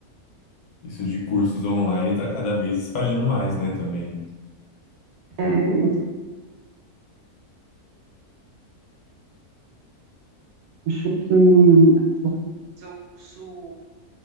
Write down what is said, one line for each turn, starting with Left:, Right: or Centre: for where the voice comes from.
Left: isso de cursos online está cada vez espalhando mais, né, também.
Right: é, acho que fazer o curso